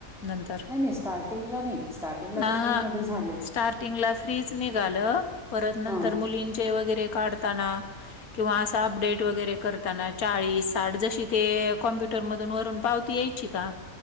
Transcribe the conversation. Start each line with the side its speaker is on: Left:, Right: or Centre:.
Left: नंतर
Centre: नाही स्टार्टंग ला नाही म्हणलं आता
Left: हा
Centre: फ्री
Left: हा
Centre: मध्ये झा
Left: स्टार्टिंगला फ्रीच निघालं, परत
Centre: हा
Left: नंतर मुलींचे वगैरे काढताना किंवा असं अपडेट वगैरे करताना, चाळीस, साठ जशी ते कॉम्प्युटर मधून वरून पा ती यायची का,